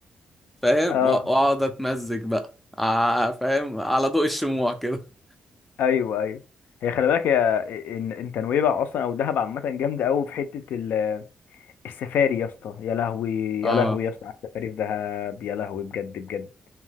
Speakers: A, in the centre; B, on the left.
A: فاهم
B: اه
A: وأ- واقعد اتمزج بقى ع- فاهم على ضوء الشموع كده
B: ايوه ايوه هي خلي بالك يا ان انت نويبع اصلا او دهب عامة جامدة قوي في حتة ال- السفاري يا اسطى يا لهوي
A: اه
B: يا لهوي يا اسطى على السفاري في دهب يا لهوي بجد بجد